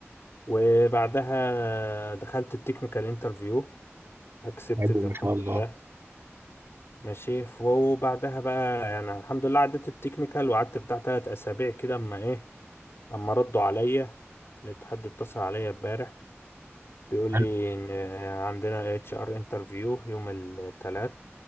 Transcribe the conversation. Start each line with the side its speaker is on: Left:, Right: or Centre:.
Left: وبعدها دخلت التكنيكال انترفيو اكسبتد
Right: حلو ما
Left: الحمد
Right: شاء الله
Left: لله ماشي ف- وبعدها بقى يعني الحمد لله عدت التكنيكال وقعدت بتاع تلات اسابيع كده اما ايه اما ردوا عليا لقيت حد اتصل عليا امبارح بيقول لي
Right: حلو
Left: ان عندنا اتش ار انترفيو يوم الثلاث